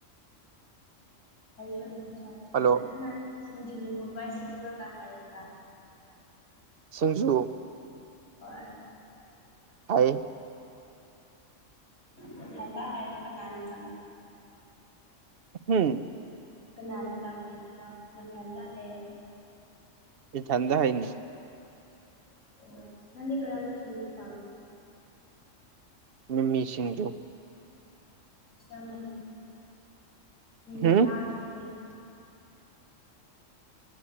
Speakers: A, on the left; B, on the right.
A: ꯑꯩꯁꯨ ꯑꯗꯨꯝ ꯆꯠꯂꯦ
B: ꯍꯜꯂꯣ
A: ꯑꯗꯨ ꯅꯡ ꯁꯤꯡꯖꯨꯒꯨꯝꯕ ꯁꯦꯝꯕꯒꯥ ꯍꯩꯕꯔꯥ
B: ꯁꯤꯡꯖꯨ
A: ꯍꯣꯏ
B: ꯍꯥꯏ
A: ꯅꯊꯟꯗ ꯍꯥꯏꯕ ꯀꯅꯥꯅ <unintelligible>
B: ꯎꯝ
A: ꯀꯅꯥꯅ ꯇꯝꯕꯤꯕꯅ‌ꯣ ꯅꯊꯟꯗꯥ ꯍꯥꯏꯌ‌ꯣ
B: ꯏꯊꯟꯗ ꯍꯥꯏꯅꯤ
A: ꯑꯣ ꯅꯪꯗꯤ ꯀ꯭ꯔꯝꯕ ꯁꯤꯟꯖꯨ ꯄꯥꯝꯒꯦ
B: ꯃꯤꯃꯤ ꯁꯤꯡꯖꯨ
A: ꯆꯞ ꯃꯥꯟꯅꯩꯅ‌ꯦ ꯃꯤꯃꯤ
B: ꯎꯝ
A: ꯌꯥꯎꯗꯔꯗꯤ